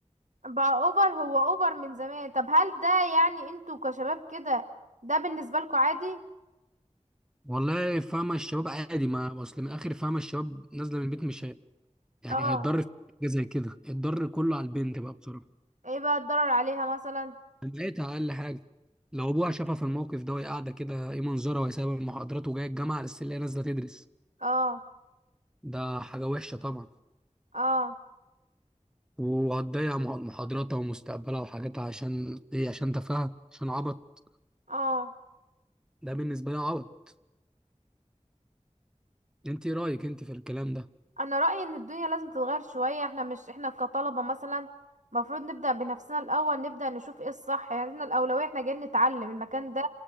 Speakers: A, on the right; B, in the centre.
A: بقى اوفر هو اوفر من زمان طب هل ده يعني انتوا كشباب كده ده بالنسبة لكم عادي
B: والله فاهمه الشباب عادي ما اصل من الاخر فاهمه الشباب نازله من البيت مش هي- يعني
A: اه
B: هيتضر في حاجه زي كده الضر كله على البنت بقى بصراحه
A: ايه بقى الضرر عليها مثلا
B: لقيتها اقل حاجه لو ابوها شافها في الموقف ده وهي قاعده كده ايه منظرها وهي سايبه المحاضرات وجايه الجامعه على السلة هي نازله تدرس
A: اه
B: ده حاجه وحشه طبعا
A: اه
B: وهتضيع مح- محاضراتها ومستقبلها وحاجاتها عشان ايه عشان تفاهه عشان عبط
A: اه
B: ده بالنسبه لي عبط انت ايه رايك انت في الكلام ده
A: انا رأيي ان الدنيا لازم تتغير شوية احنا مش احنا كطلبة مثلا المفروض نبدأ بنفسنا الاول نبدأ نشوف ايه الصح يعني احنا الاولوية احنا جايين نتعلم المكان ده